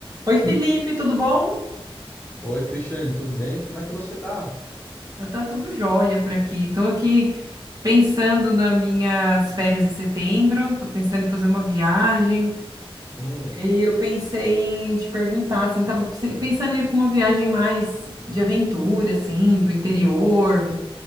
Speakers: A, on the right; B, on the left.
A: Oi, Felipe, tudo bom?
B: Oi, Cristiane, tudo bem? Como é que você tá?
A: Eu tá tudo jóia por aqui. Tô aqui pensando nas minhas férias de setembro, tô pensando em fazer uma viagem.
B: Hum,
A: E eu pensei em te perguntar, assim, tava se- pensando em ir para uma viagem mais de aventura, assim, pro interior,